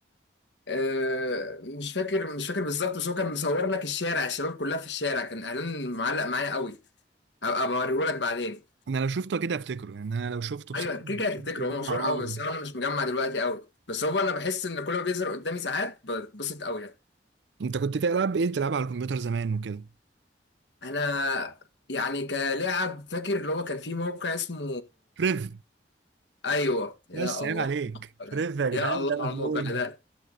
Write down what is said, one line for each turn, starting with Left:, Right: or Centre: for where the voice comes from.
Left: آه، مش فاكر مش فاكر بالظبط بس هو كان مصور لك الشارع الشباب كلها في الشارع كان اعلان معلق معايا قوي هبقى بوريهولك بعدين
Right: انا لو شفته كده افتكره يعني انا لو شفته بصراحه
Left: ايوه كده
Right: أنا متاكد
Left: كده هتفتكره
Right: ان
Left: هو
Right: انا
Left: مشهور
Right: اه
Left: قوي بس انا مش مجمع دلوقتي قوي بس هو انا بحس ان كل ما بيظهر قدامي ساعات بتبسط قوي يعني
Right: انت كنت في العاب ايه بتلعبها على الكمبيوتر زمان وكده
Left: انا يعني كلاعب فاكر اللي هو كان في موقع اسمه
Right: ريف
Left: ايوه يا
Right: بس عيب
Left: الله
Right: عليك فريف يا جدعان
Left: يا الله
Right: ده مجنون
Left: على الموقع ده